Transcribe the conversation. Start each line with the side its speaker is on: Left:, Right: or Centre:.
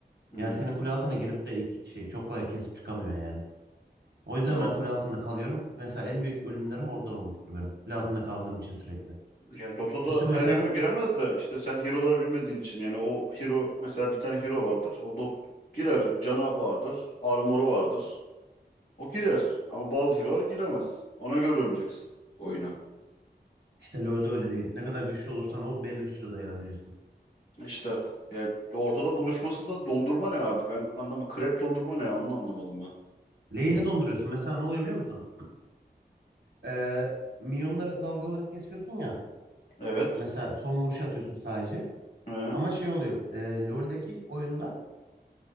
Left: Hı.
Right: Yani seni kule altına girip de iki kişiyi çok kolay kesip çıkamıyor yani. O yüzden
Left: Ya, o-
Right: ben kule altında kalıyorum. Mesela en büyük ölümlerim oradan olmuştur benim. Kule altında kaldığım için sürekli.
Left: ya Dota'da
Right: İşte mesela
Left: her hero giremez de işte sen hero'ları bilmediğin için yani o hero mesela bir tane hero vardır. O Dot girer. Cana vardır. Armor'u vardır. O girer. Ama bazı hero'lar giremez. Ona göre oynayacaksın oyunu.
Right: İşte LoL'de öyle değil. Ne kadar güçlü olursan ol belli bir süre dayanabiliyorsun.
Left: İşte yani ortada buluşmasında dondurma ne abi? Ben anlamı krep dondurma ne ya? Onu anlamadım ben.
Right: Lane'e donduruyorsun. Mesela ne oluyor biliyor musun? Ee, minyonları dalgaları kesiyorsun ya.
Left: Evet.
Right: Mesela son vuruşu atıyorsun sadece.
Left: Hı.
Right: Ama şey oluyor. E, LoL'deki oyunda